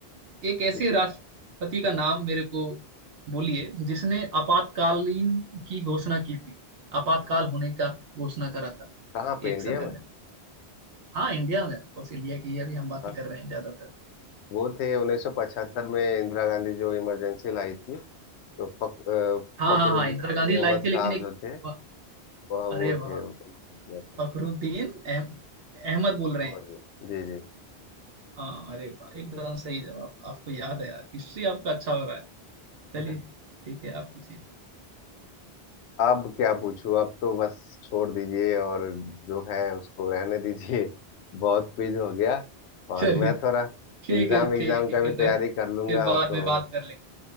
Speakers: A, on the right; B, on the left.
A: एक ऐसे
B: पूछिए
A: राष्ट्रपति का नाम मेरे को बोलिए जिसने आपातकालीन की घोषणा की थी आपातकाल होने का घोषणा करा था
B: कहाँ पे
A: एक
B: इंडिया
A: समय
B: में
A: में हाँ इंडिया में ऑफकोर्स इंडिया की अभी हम बातें
B: हाँ।
A: कर रहे हैं ज्यादातर
B: वो थे 1975 में इंदिरा गांधी जो इमरजेंसी लाई थी तो फक, अ,
A: हाँ
B: फखरुद्दीन
A: हाँ हाँ इंदिरा गांधी
B: अली अहमद
A: लाई
B: साहब
A: थी लेकिन एक
B: जो थे
A: वाह,
B: वह
A: अरे
B: वो
A: वाह
B: थे उन्होंने किया था
A: फखरुद्दीन अहम- अहमद बोल रहे
B: समझ
A: हैं
B: गए। जी जी
A: हाँ अरे वाह एकदम सही जवाब आपको याद है यार हिस्ट्री आपका अच्छा हो रहा है चलिए
B: <laughs>
A: ठीक है आप पूछिए
B: अब क्या पूछूं अब तो बस छोड़ दीजिए और जो है उसको रहने दीजिए <laughs> बहुत क्विज हो गया और
A: चलिए
B: मैं थोड़ा
A: ठीक
B: एग्जाम
A: है
B: एग्जाम
A: ठीक
B: का भी
A: है
B: तैयारी
A: तो फिर
B: कर लूंगा
A: बाद
B: तो
A: में बात कर लेंगे